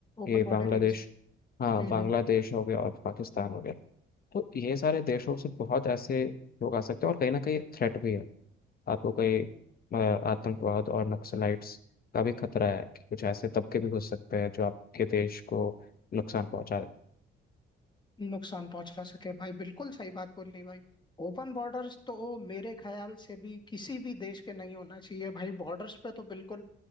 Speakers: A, on the left (about 20°); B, on the left (about 50°).
A: ओपन
B: ये
A: बॉर्डर
B: बांग्लादेश
A: यूज है
B: हाँ बांग्लादेश
A: हम्म हम्म
B: हो गया और पाकिस्तान हो गया तो ये सारे देशों से बहुत ऐसे लोग आ सकते हैं और कहीं ना कहीं थ्रेट भी है आपको कहीं अ, आतंकवाद और नक्सलाइट्स का भी खतरा है कि कुछ ऐसे तबके भी घुस सकते हैं जो आपके देश को नुकसान पहुंचा दें
A: नुकसान पहुंचा सके भाई बिल्कुल सही बात बोली भाई ओपन बॉर्डर्स तो मेरे ख्याल से भी किसी भी देश के नहीं होना चाहिए भाई बॉर्डर्स पे तो बिल्कुल